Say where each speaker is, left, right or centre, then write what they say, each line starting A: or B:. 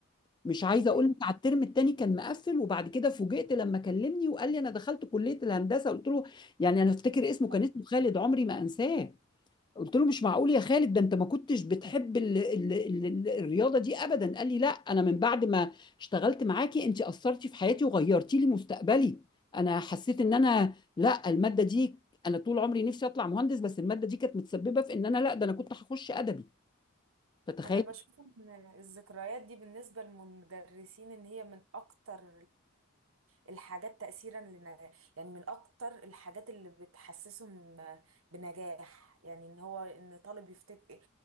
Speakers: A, on the left (about 20°); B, on the right (about 80°).
A: مش عايزه
B: ايوه
A: اقول لك على الترم التاني كان مقفل وبعد كده فوجئت لما كلمني وقال لي انا دخلت كليه الهندسه قلت له يعني انا افتكر اسمه كان
B: طبعاً.
A: اسمه خالد عمري ما انساه قلت له مش معقول يا خالد ده انت ما كنتش بتحب ال ال ال ال الرياضه دي ابدا قال لي لا انا من بعد ما اشتغلت معاكي انت اثرتي في حياتي وغيرتي لي مستقبلي انا حسيت ان انا لا الماده دي انا طول عمري نفسي اطلع مهندس بس الماده دي كانت متسببه في ان انا لا ده انا كنت هخش ادبي فتخيل
B: انا بشوف ان الذكريات دي بالنسبه للمدرسين ان هي من اكتر الحاجات تأثيرا لنجاح يعني من أكتر الحاجات اللي بتحسسهم بنجاح يعني إن هو إن طالب يفتك